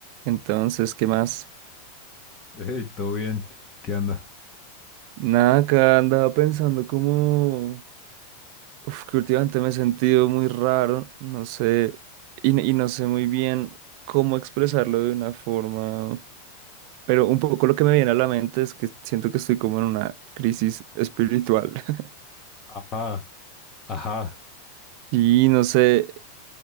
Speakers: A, on the right; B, on the left.
A: Entonces, ¿qué más?
B: Hey, todo bien. ¿Qué anda?
A: Nada, acá andaba pensando como... Uf, que últimamente me he sentido muy raro, no sé, y, n- y no sé muy bien cómo expresarlo de una forma, pero un poco lo que me viene a la mente es que siento que estoy como en una crisis espiritual. <laughs>
B: Ajá, ajá,
A: Y no sé,